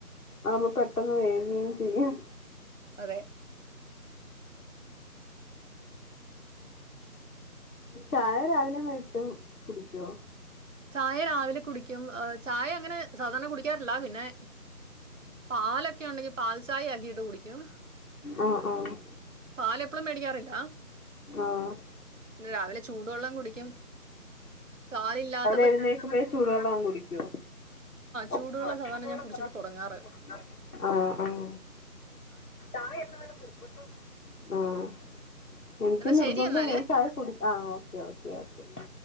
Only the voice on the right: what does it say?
അതെ
ചായ രാവിലെ കുടിക്കും ചായ അങ്ങനെ സാധാരണ കുടിക്കാറില്ല പിന്നെ പാലൊക്കെ ഉണ്ടെങ്കിൽ പാൽചായ ആക്കിയിട്ട് കുടിക്കും
പാല് പ്പളും മേടിക്കാറില്ല
രാവിലെ ചൂടള്ളം കുടിക്കും കാലില്ലാത്ത
ചൂടുവെള്ളം സാധാരണ
ഞാൻ കുടിച്ചിട്ട്
തുടങ്ങാറ്.
എന്നാ
ശരി എന്നാല്.